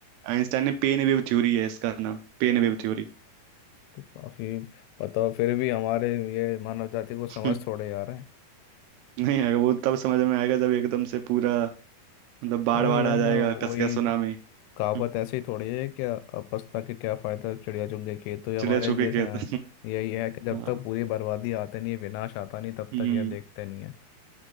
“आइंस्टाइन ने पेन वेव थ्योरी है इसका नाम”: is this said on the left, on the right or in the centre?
Right